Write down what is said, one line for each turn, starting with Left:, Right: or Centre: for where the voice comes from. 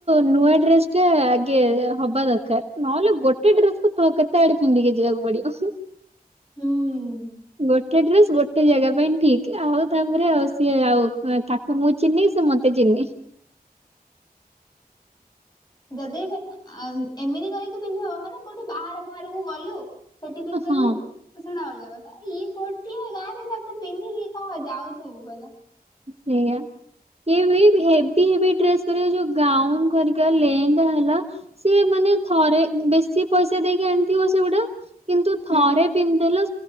Right: ନୂଆ ଡ୍ରେସ ଟା ଆଗେ ହବା ଦରକାର ନହେଲେ ଗୋଟେ ଡ୍ରେସ କ କେତେ ଆଡେ ପିନ୍ଧିକି ଯିବାକୁ ପଡିବ
Left: ହୁଁ।
Right: ଗୋଟେ ଡ୍ରେସ ଗୋଟେ ଜାଗା ପାଇଁ ଠିକ ଆଉ ତାପରେ ଆଉ ସିଏ ଆଉ ତାକୁ ମୁଁ ଚିହ୍ନି ସେ ମତେ ଚିହ୍ନି <inaudible>
Left: ଯଦି ଏମିତି କରିକି ପିନ୍ଧିବ ମାନେ କୋଉଠି ବାହାର ବାହାରକୁ ଗଲୁ ସେଠି ପିନ୍ଧବୁ
Right: ହଁ
Left: ଶୁଣା ଅଲଗା କଥା ଇଏ ଗୋଟିଏ ଗାଁ ରେ ତାକୁ ପିନ୍ଧିକି କଣ ଆଉଥିବବୁ ବଲା
Right: ସେଇଆା ଏ ହେଭି ହେ ଡ୍ରେସ୍ କର ଯୋଉ ଗାଉନ କରିକା ଲେହେଙ୍ଗା ହେଲା ସିଏ ମାନେ ଥରେ ବେଶୀ ପଇସା ଦେଇକି ଆଣିଥିବ ସେଗୁଡା କିନ୍ତୁ ଥରେ
Left: ହୁଁ।
Right: ପିନ୍ଧେଲେ